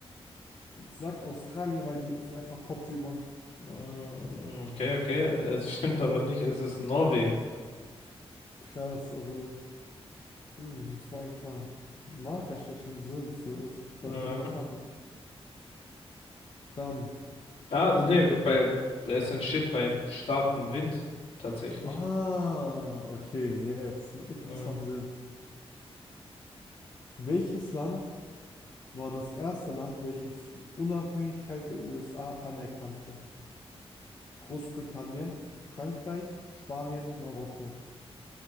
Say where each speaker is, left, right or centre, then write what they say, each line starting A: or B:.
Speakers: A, on the left; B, on the left.
A: Ich sag Australien, weil die sind einfach kopfüber.
B: Mm, Okay, okay, es stimmt aber nicht, es ist Norwegen.
A: Krass, also, hm, muss man eigentlich mal nachrecherchieren, wieso das so ist.
B: Mhm.
A: Falls ich irgendwas habe. Dann,
B: Ah, nee,
A: ähm,
B: bei, es entsteht bei starkem Wind tatsächlich.
A: ah, okay, jetzt. Ich denke,
B: Mhm.
A: das macht Sinn. Welches Land war das erste Land, welches die Unabhängigkeit der USA anerkannte? Großbritannien, Frankreich, Spanien, Marokko.